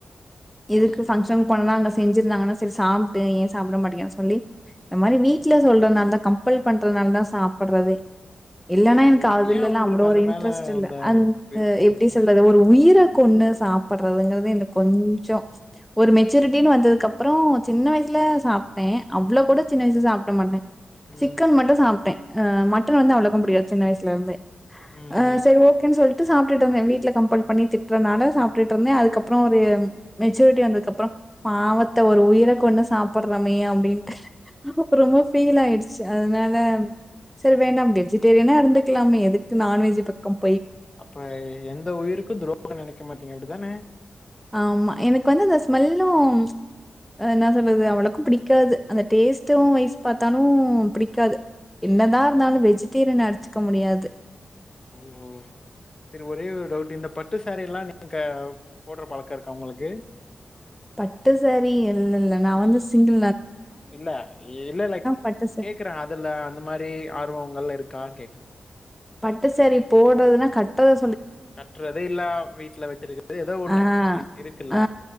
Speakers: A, on the left (about 25°); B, in the centre.
A: ம்
B: இதுக்கு ஃபங்க்ஷன் போனனா அங்க செஞ்சிருந்தாங்கன்னா செரி சாப்டு ஏன் சாப்பிட மாட்டேங்கனு சொல்லி இந்த மாரி
A: ம்
B: வீ்ட்ல சொல்றனாலதான் கம்பல் பண்றதுனால தான் சாப்பிட்றதே இல்லன்னா
A: ஓஹோ
B: எனக்கு அதுல
A: ஏ
B: எல்லா
A: உங்களுக்கு
B: அவ்ளோ
A: அந்த
B: ஒரு இன்ட்ரெஸ்ட்
A: மேல
B: இல்ல அந்த
A: விருப்போ
B: எப்படி
A: இல்ல
B: சொல்றது ஒரு உயிர கொண்ணு சாப்படுறதுங்கறது இந்த கொஞ்சம் ஒரு மெச்சூரிட்டின்னு வந்ததுக்கு அப்புறம் சின்ன வயசுல சாப்ட்டேன் அவ்வளோ கூட சின்ன வயசு சாப்ட மாட்டேன் சிக்கன்
A: ம்
B: மட்டும் சாப்பிட்டேன் ஹ் மட்டன் வந்து அவ்வளோக்க முடியாது சின்ன வயசுல இருந்தே
A: ம்
B: அ
A: ம்
B: சரி ஓ ன்ட்டு சொல்ட்டு சாப்டிட்டிருந்தேன் வீட்டுல கம்பல் பண்ணி திட்டுறனால சாப்டிட்டிருந்தேன் அதுக்கப்பறம் ஒரு மெச்சூரிட்டி வந்தது அப்பறம் பாவத்தை ஒரு உயிரை கொன்னு சாப்பிட்றமே அப்படின்ட்டு ரொம்ப ஃபீல் ஆயிடுச்சு அதனால சரி வேனாம் வெஜிடேரியனா இருந்து இருக்கலாமே விட்டு நான்வெஜ் பக்கம்
A: அப்ப எ ன் எந்த உயிருக்கும் துரோம் நினைக்கமாட்டீங்க அப்படிதானே
B: ஆமா எனக்கு வந்து அந்த ஸ்மெல்லும் அ என்ன சொல்றது அவ்வளவுக்கும் பிடிக்காது அந்த டேஸ்ட்டும் <unintelligible> பாத்தாலும் பிடிக்காது என்னதான் இருந்தாலும் வெஜிடேரியன் அடிச்சுக்க முடியாது
A: ஓ சரி ஒரே ஒரு டவுட் இந்த பட்டு சாரீ எல்லாம் நீங்க போடுற பழக்கம் இருக்கா உங்களுக்கு
B: பட்டு சாரி இல்ல இல்லங்க நான் வந்து சின்டு
A: இல்ல இல்ல இல்ல
B: பட்டு சா
A: கேக்குறேன் அதுல்ல அந்த மாரி ஆர்வம்ங்கள்ல இருக் கா கேக்கற
B: பட்டுசாரீ போடுறதுன்னா கட்டறது
A: கட்டுறதே இல்ல வீட்ல வெச்சிருக்கிறது ஏதோ ஒண்ணு
B: ஆ
A: சம்திங் இருக்குல்ல
B: ஆ